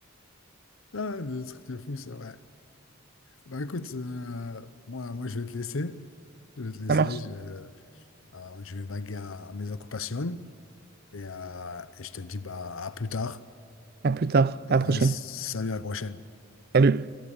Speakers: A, on the left (about 75°); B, on the right (about 50°).
A: Ah, le truc de fou, ça, ouais. Bah écoute, euh, moi, moi, je vais te laisser. Je vais te laisser.
B: Ça marche.
A: Je, euh, je vais vaguer à, à mes occupations et, euh, et je te dis bah, à plus tard.
B: À plus tard, à
A: Euh,
B: la prochaine.
A: salut, à la prochaine.
B: Salut.